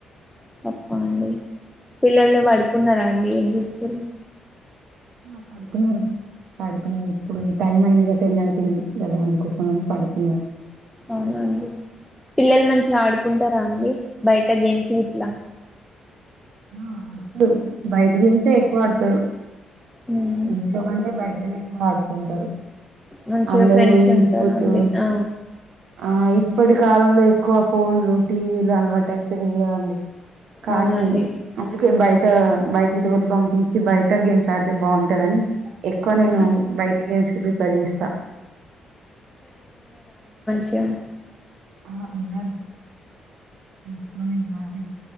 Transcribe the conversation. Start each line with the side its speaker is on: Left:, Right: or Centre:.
Centre: పప్పా అండి పిల్లలు పడుకున్నారా అండి ఏం చేస్తు
Right: ఆ పడుకున్నారు పడుకున్నారు ఇప్పుడు టైం అయింది గట్ట ఎ అడుతుంది కదా అందుకోస పడుకున్నారు
Centre: అవునండి పిల్లల మంచి మంచి ఆడుకుంటారా అండి బయట గేమ్స్ ఇట్లా
Right: ఆ అడుతారు బయటికెతేే ఎక్కువ ఆడతారు
Centre: ఉమ్
Right: ఇంట్లో కంటే బయట ఆడుకుంటారు
Centre: మంచిగా
Right: అందరూ
Centre: ఫ్రెండ్స్ ఉంటారు
Right: ఇప్పుడు
Centre: అండి ఆ
Right: ఆ ఇప్పటి కాలంలో ఎక్కువ ఫోన్లు టీవీలు అలవాటుైప్ ఏంది కదండి కానీ
Centre: అవునండి
Right: అందుకే బయట బయటికి డోలి పంపించి బయట గేమ్స్ ఆడితే బాగుంటదని ఎక్కువ
Centre: అవును
Right: నేను బయటి గెచకు ప్రిపేర్ చేస్తా
Centre: అ
Right: ఆ ఉన్నారు ఇంట్లోనే ఉన్నారు